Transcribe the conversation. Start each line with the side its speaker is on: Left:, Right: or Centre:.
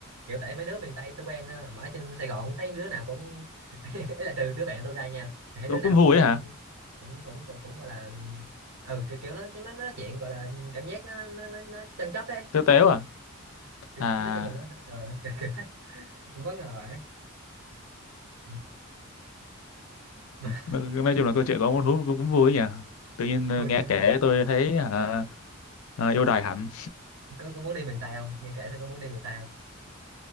Right: kiểu tại mấy đứa miền Tây tôi quen ờ, mà ở trên Sài Gòn thấy mấy đứa nào cũng <laughs> ấy là trừ đứa bạn tôi ra nha thì thấy
Left: tôi
Right: đứa nào
Left: cũng vui
Right: cũng
Left: ấy hả
Right: cũng cũng cũng, cũng gọi là ừ kiểu, kiểu nó nó nó nói chuyện gọi là cảm giác nó nó nó, nó chân chất ấy
Left: tôi téo à
Right: kiểu,
Left: à
Right: nói chung là nó ờ, kiểu, kiểu, <laughs> cũng bất ngờ ấy Ừ. mà
Left: Mà- nói chung là câu chuyện của ông Út hút cũng, cũng vui nhỉ tự nhiên ờ,
Right: <laughs> thôi
Left: nghe
Right: chứ
Left: kể tôi thấy hả, ờ, yêu đời hẳn
Right: có, có muốn đi miền Tây không nghe kể xem có muốn đi miền Tây không